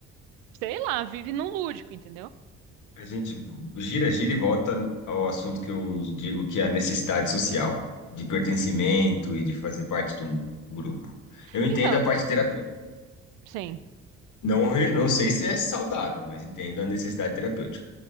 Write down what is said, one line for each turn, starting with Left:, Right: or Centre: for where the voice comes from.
Right: sei lá, vive num lúdico, entendeu?
Left: A gente gira, gira e volta ao assunto que eu digo que é a necessidade social, de pertencimento e de fazer parte de um grupo. Eu entendo
Right: Então,
Left: a parte terapêutica.
Right: sim.
Left: Não, re- não sei se é saudável, mas entendo a necessidade terapêutica.